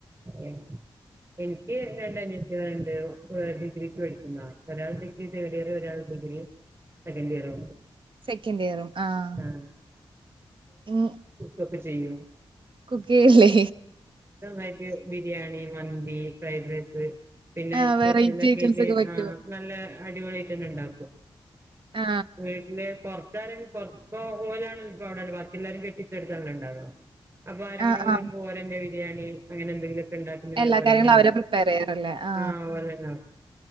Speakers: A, on the right; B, on the right.
A: ഏഹ് എനിക്ക് രണ്ടനിയ തിയേള്ണ്ട് ഡിഗ്രിക്ക് പഠിക്കുന്നാ ഒരാൾ ഡിഗ്രി തേർഡ് ഇയർ ഒരാൾ ഡിഗ്രി സെക്കന്റ്‌ ഇയറും
B: സെക്കന്റ്‌ ഇയറും ആഹ്
A: ആ
B: ഉം
A: ഒക്കെ ചെയ്യോ
B: കുക്കു ചെയ്യില്ലേ
A: ആയിക് ബിരിയാണി മന്തി ഫ്രൈഡ് റൈസ് പിന്നെ
B: ആ
A: സ്പെഷ്യലക്കയ്റ്റ്
B: വെറൈറ്റി ഐറ്റംസ് ഒക്കെ പറ്റോ?
A: ആഹ് നല്ല അടിപൊളിയ്ട്ടന്നെ ഇണ്ടാക്കും.
B: ആ.
A: വീട്ടില് പൊറത്താരെങ്കിലും കൊറച്പ്പോ ഓലാണ്ല്ലോ പ്പോ അവിടെ ള്ളേ ബാക്കി എല്ലാരും കെട്ടിചോടുത്താണല്ലോ ഇണ്ടാവ അപ്പൊ ആരെങ്കിലും
B: ആ, ആ.
A: വരുമ്പോ ഓരന്നെ ബിരിയാണി അങ്ങനെ എന്തെങ്കിലൊക്കെ ഇണ്ടാ അങ്ങനെല്ല
B: എല്ലാ
A: പോലെന്നെ
B: കാര്യങ്ങളും
A: ഇണ്ടാക്കും
B: അവരാ പ്രിപ്പയർ ചെയ്യാറല്ലേ? ആ.
A: ആഹ് ഓലന്നെ